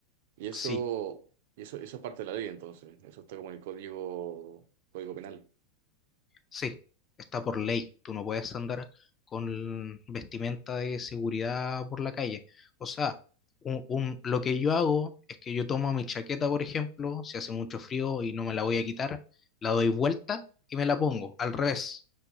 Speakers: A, on the right (about 50°); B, on the left (about 20°).
A: Y eso,
B: Sí,
A: y eso, eso es parte de la ley, entonces. Eso está como en el código, código penal.
B: sí, está por ley, tú no puedes andar con vestimenta de seguridad por la calle. O sea, un- un- lo que yo hago es que yo tomo mi chaqueta, por ejemplo, si hace mucho frío y no me la voy a quitar, la doy vuelta y me la pongo al revés,